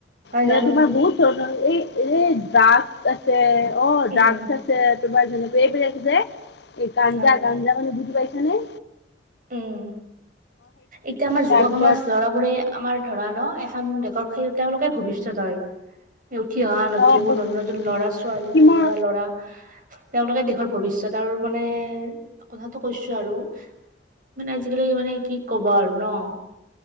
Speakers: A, on the right (about 45°); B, on the left (about 60°).
A: হয়
B: মানে
A: জানো-জানো।
B: তোমাৰ বহুত ধৰনৰ এই এ ড্ৰাগছ আছে, অ,
A: উম
B: ড্ৰাগছ ছে তোমাৰ যেনেকে এইবিলাক যে এই গাঞ্জা-
A: হয়
B: গাঞ্জা মানে বুজি পাইছা নে?
A: উম, এতিয়া আমাৰ যুৱ
B: তাৰপিছত
A: সমাজ লৰা বোৰে আমাৰ ধৰা ন' এখন দেশৰ সেই তেওঁলোকে ভৱিষ্যত হয়। হে উঠি অহা যি নদীবোৰ
B: অ বহু-
A: নতন -নতুন ল'ৰা- ছোৱালীবোৰ
B: কিমান
A: ধৰা ল'ৰা তেওঁলোকে দেশৰ ভৱিষ্যত আৰু মানে কথাটো কৈছো আৰু মানে আজিকালি মানে কি ক'বা আৰু ন'